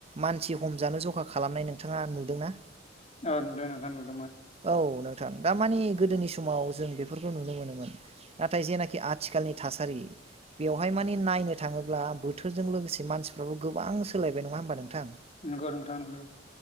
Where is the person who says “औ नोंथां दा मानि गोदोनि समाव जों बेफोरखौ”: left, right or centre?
Right